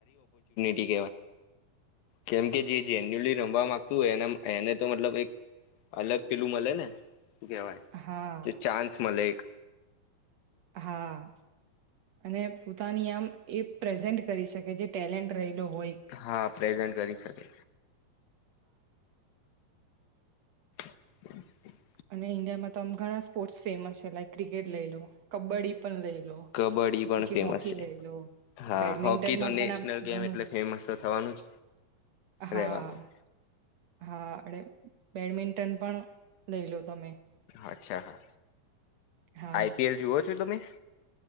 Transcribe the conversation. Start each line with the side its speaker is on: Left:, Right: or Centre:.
Left: એ કેમ કે જી જેન્યુલી રમવા માંગતું હોય એને એને તો મતલબ એક અલગ પેલુ મલે ને શુ કેવાય
Right: હા
Left: ચાન્સ મલે એક
Right: હા. અને પોતાની આમ એ પ્રેઝન્ટ કરી શકે જે ટેલેન્ટ નોવો
Left: હા પ્રેઝન્ટ કરી શકે <unintelligible>
Right: અને ઇન્ડિયામાં તો આમ ઘણા સ્પોર્ટ્સ છે, લાઈક કીકેટ લઈલો કબડ્ડી પણ લઈ લો
Left: કબડ્ડી પણ
Right: પછી
Left: ફેમસ
Right: હોકી
Left: છે
Right: લઈ લો
Left: હા
Right: બેડમિન્ટનમાં
Left: હોકી તો નેશનલ
Right: પણ આમ
Left: ગેમ
Right: ઘણું
Left: એટલે ફેમસ તો થવાનું જ
Right: હા.
Left: રહેવાનું
Right: હા અને બેડમિન્ટન પણ લઈ લો તમે
Left: અચ્છા હા
Right: હા
Left: આઈપીએલ જુઓ છો તમે